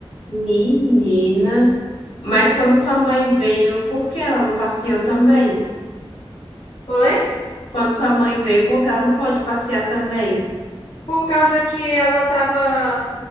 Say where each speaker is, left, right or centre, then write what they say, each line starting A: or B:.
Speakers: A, on the left; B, on the left.
A: Menina, mas quando sua mãe veio, por que ela não passeou também?
B: Oi?
A: Quando sua mãe veio, por que ela não pôde passear também?
B: Por causa que ela tava,